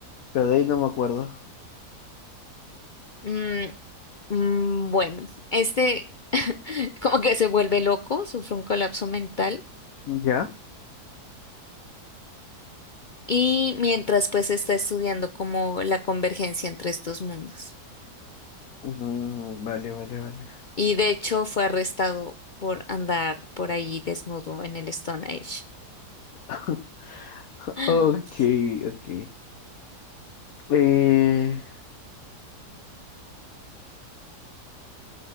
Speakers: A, on the left; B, on the left.
A: pero de ahí no me acuerdo.
B: Mm, mm, bueno, este <laughs> como que se vuelve loco, sufre un colapso mental
A: ¿Ya?
B: y mientras pues está estudiando como la convergencia entre estos mundos.
A: Mm, vale, vale, vale.
B: Y de hecho fue arrestado por andar por ahí desnudo en el Stone Age.
A: <laughs>
B: <gasps>
A: Ok, ok. Eh,